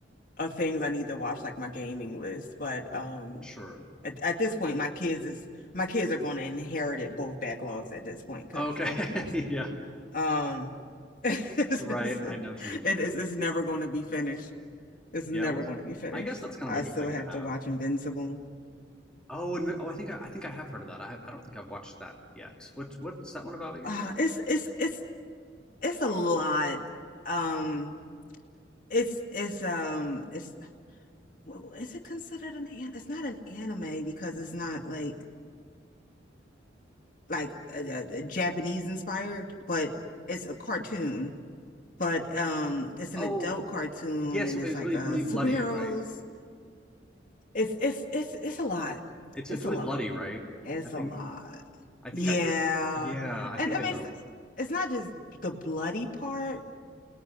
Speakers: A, on the left; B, in the centre.
A: of things I need to watch, like my gaming list. But um,
B: Sure.
A: at, at this point, my kids is my kids are going to inherit it both backlogs at this point because
B: Okay.
A: Lord have mercy.
B: <laughs> Yeah,
A: Um, <laughs> it's,
B: right.
A: it's,
B: I know what you mean.
A: it's it's never going to be finished. It's never
B: Yeah, well,
A: going to be finished.
B: I guess that's kind
A: I
B: of
A: still
B: a good thing
A: have
B: to have.
A: to watch Invincible.
B: Oh, and oh, I think I, I think I have heard of that. I, I don't think I've watched that yet. What what's that one about again?
A: Uh, it's it's it's it's a lot. Um, it's it's um it's well, is it considered an an? It's not an anime because it's not like like a uh, uh, Japanese inspired, but it's a cartoon. But um, it's an
B: Oh,
A: adult cartoon,
B: yes,
A: and
B: it's
A: it's like
B: really
A: uh
B: really
A: superheroes.
B: bloody, right?
A: It's it's it's it's a lot.
B: It's
A: It's
B: it's really
A: a lot.
B: bloody, right?
A: It's
B: I think
A: a lot.
B: I
A: Yeah,
B: think I yeah, I
A: and
B: think
A: I
B: I
A: mean
B: know.
A: it's it's not just the bloody part.